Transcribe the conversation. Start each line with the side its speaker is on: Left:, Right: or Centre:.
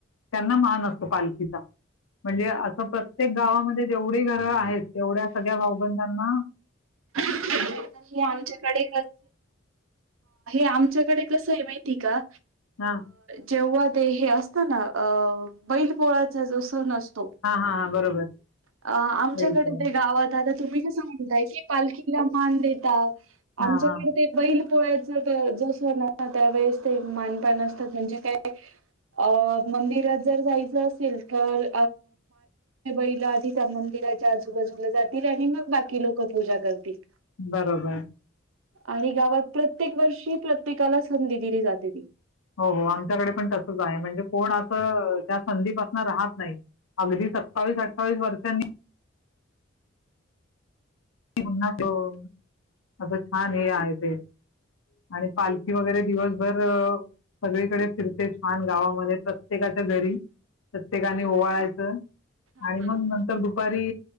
Left: त्यांना मान असतो पालखीचा म्हणजे प्रत्येक गावामध्ये जेवढी घरं आहेत तेवढ्या सगळ्या भावबंधांना
Right: ची आमच्याकडे आमच्याक कस माहिती का
Left: हा
Right: जेव्हा ते हे असत ना, अ बैल पोळाचा जो सण असतो
Left: हा हा. हा बरोबर
Right: अ आमच्याकडे
Left: वेलकम
Right: ते गावात आ तुम्ही कस म्हणताय, की पालखीला मान देता.
Left: हा
Right: आमच्याकडे
Left: हा
Right: ते बैल पोळा च जो सण असतो त्यावेेळेस ते मानपान असतो, म्हणजे काय? अ मंदिरात जर जायचं असेल, तर बळीला आधी त्या मंदिराच्या आजूबाजूला जातील, आणि मग बाकी लोक पूजा करतील.
Left: बरोबर.
Right: आणि गावात प्रत्येक वर्षी, प्रत्येकाला, संधी दिली जाते ती.
Left: हो हो. आमच्याकडे पण तसच आहे. म्हणजे कोण असं त्या संधी पासना राहत नाही. अगदी सत्तावीस- अठ्ठावीस वर्षांनी <unintelligible> माझं छान आहे हे आय ते आणि पालखी वगैरे दिवसभर अ सगळीकडे फिरते. छान गावामध्ये प्रत्येकाच्या घरी प्रत्येकाने ओवाळायचं.
Right: हां,
Left: आणि
Right: हां.
Left: मग नंतर दुपारी